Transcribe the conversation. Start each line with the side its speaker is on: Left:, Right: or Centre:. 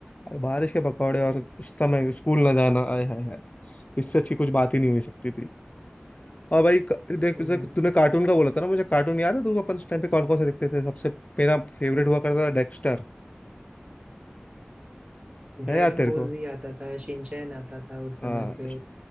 Left: और बारिश के पकौड़े और उस समय स्कूल ना जाना आए हाय हाय इससे अच्छी कुछ बात ही नहीं हुई सकती थी और भाई क- देख
Right: हम्म
Left: जैसे कि तूने कार्टून का बोला था ना मुझे कार्टून याद है तुमको अपन उस टाइम पे कौन कौन से देखते थे सबसे मेरा फेवरेट हुआ करता था डेक्स्टर
Right: ड्रैगन
Left: है याद तेरे
Right: बॉल
Left: को
Right: जी आता था शिनचैन आता था उस समय
Left: हाँ
Right: पे